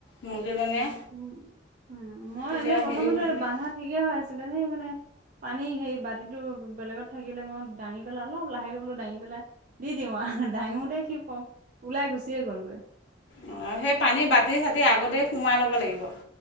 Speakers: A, on the left (about 75°); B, on the right (about 45°).
A: মুৰ্গীজনীয়ে
B: উম, উম মই
A: তেতিয়া
B: এনে প্ৰথমতে
A: হেৰি হ'ব
B: বান্ধা ঠিকে হৈ আছিলে সেই মানে পানী সেই বাতিটো বেলেগত থাকিলে মই দাঙি পেলাই অলপ লাহেকৈ বোলো দাঙি পেলাই দি দিম দাঙোতে সি ক ওলাই গুচিয়ে গ'লগৈ
A: অহ, সেই পানী বাতি চাতি আগতেই সোমাই ল'ব লাগিব।